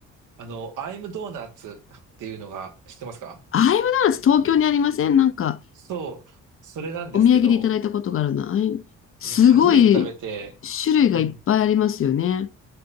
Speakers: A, on the right; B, on the left.
A: あの、アイムドーナツっていうのが知ってますか
B: アイムドーナツ東京にありませんなんか
A: そう、それなんですけど、
B: お土産でいただいたことがあるな。アイムすごい
A: いや、初めて食べて、
B: 種類がいっぱいありますよね。
A: うん、